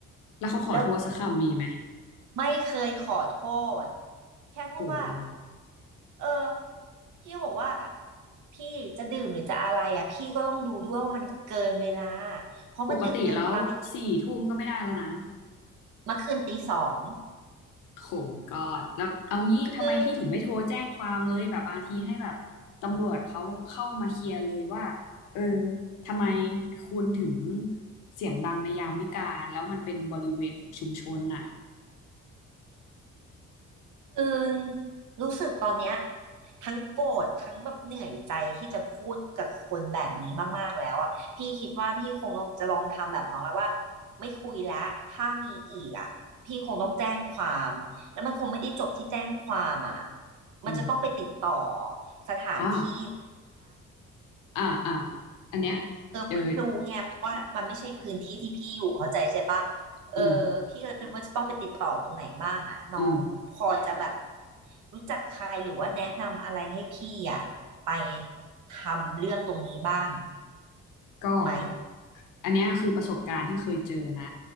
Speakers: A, on the left; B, on the right.
A: แล้วเขาขอโทษสักคำมีไหม
B: แล้วไม่เคยขอโทษแค่พูดว่า
A: โห
B: เออพี่ก็บอกว่าพี่จะดื่มหรือจะอะไรอ่ะพี่ก็ต้องดูด้วยว่ามันเกินเวลาเพราะมันดึกเกินไป
A: ปกติแล้วสี่ทุ่มก็ไม่ได้แล้วนะ
B: เมื่อคืนตีสอง
A: โหกอดแล้วเอางี้ทำไมพี่ถึงไม่โทรแจ้งความเลยแบบบางทีให้แบบตำรวจเขาเข้ามาเคลียร์เลยว่า
B: คือ
A: เออทำไมคุณถึงเสียงดังในยามวิกาลแล้วมันเป็นบริเวณของชุมชนน่ะ
B: คือรู้สึกตอนเนี้ยทั้งโกรธทั้งแบบเหนื่อยใจที่จะพูดกับคนแบบนี้มากๆแล้วอ่ะพี่คิดว่าพี่คงต้องจะลองทำแบบน้องแล้วว่าไม่คุยแล้วถ้ามีอีกอ่ะพี่คงต้องแจ้งความแล้วมันคงไม่ได้จบที่แจ้งความอ่ะ
A: อืม
B: มันจะต้องไปติดต่อสถานที่
A: อ๋ออ่าอ่าอันเนี้ยเดออ
B: ไม่รู้ไงเพราะว่ามันไม่ใช่พื้นที่ที่พี่อยู่เข้าใจใช่ปะเออพี่ก็เลยไม่รู้ว่าจะต้องไปติดต่อตรงไหนบ้างอ่ะน้องพออืมจะแบบ
A: อืมอืม
B: รู้จักใครหรือว่าแนะนำอะไรให้พี่อ่ะไปทำเรื่องตรงนี้บ้าง
A: ก็
B: ไหม
A: อันเนี้ยคือประสบการณ์ที่เคยเจอนะ